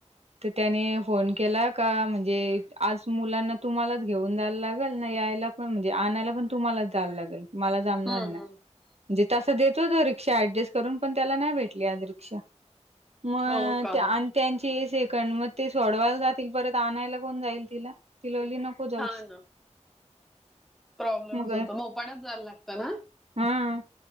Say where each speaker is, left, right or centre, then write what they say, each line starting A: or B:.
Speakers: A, on the right; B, in the centre.
A: तर त्याने फोन केला का म्हणजे आज मुलांना तुम्हालाच घेऊन जायला लागेल नाही यायला पण म्हणजे आणायला पण तुम्हालाच जायला लागेल मला जमणार
B: हम्म
A: नाही.
B: हम्म
A: म्हणजे तसं देतो तो रिक्षा ऍडजस्ट करून पण त्याला नाही भेटली आज रिक्षा मग
B: हो का
A: आणि त्यांची सेकंड मग ते सोडवायला जातील परत आणायला कोण जाईल तिला ति लली नको जावूस
B: हा प्रॉब्लेमच
A: मग
B: होतो म आपनच जायला लागत ना
A: हा